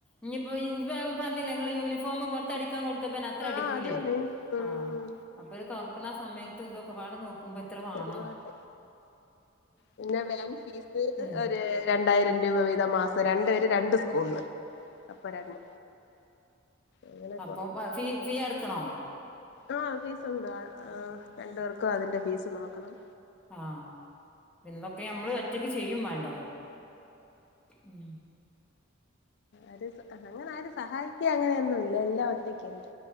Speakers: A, in the centre; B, on the left.
A: ഇനിയിപ്പോ ഇ പറഞ്ഞില്ല ഇങ്ങള് യൂണിഫോം പുറത്ത് അടിക്കാൻ കൊടുത്ത പ്പ അത്ര
B: ആഹ്
A: അടിക്കൂലിയയി
B: അത് തന്നെ ഉം
A: ആ അപ്പൊ ഒരു തുറർക്കണ സമയത്ത് ത് ഒക്കെ പാടെ നോക്കു... ക്കുമ്പോ എത്ര വാണ്ണം
B: ഒരുപാട് പിന്നെ വെ ഫീസ്
A: ഉം
B: ഒരു രണ്ടായിരം രൂപ വീതം മാസം രണ്ട്.. രണ്ട് സ്കൂള് അപ്പൊ രണ്ട് അങ്ങനെ
A: അപ്പൊ ഫീ ഫീ അടക്കണോ
B: ആ ഫീസണ്ട് ആ രണ്ടു പേർക്കും അതിന്റെ ഫീസ് നോക്കണം
A: ആ പിന്നെ ഇതൊക്കെ നഞമ്മള് ഒറ്റക്ക് ചെയ്യും വേണ്ടേ... ഉം
B: അത് അങ്ങനെ ആര് സഹായിക്കാ അങ്ങനെയൊന്നുംല്ല എല്ലാം ഒറ്റക്ക്ന്നെ